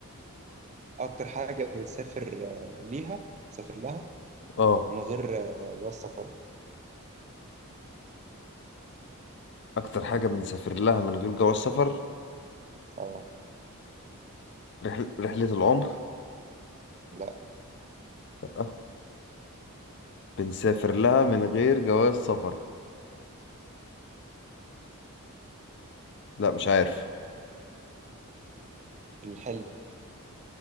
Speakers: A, on the right; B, on the left.
A: اكتر حاجة بتسافر آه، ليها بتسافر لها
B: اه
A: من غير آه، جو السفر
B: اكتر حاجه بنسافر لها من غير جواز سفر
A: آه
B: رحل... رحله العمر
A: لا
B: لا بنسافر لها من غير جواز سفر لا مش عارف
A: الحلم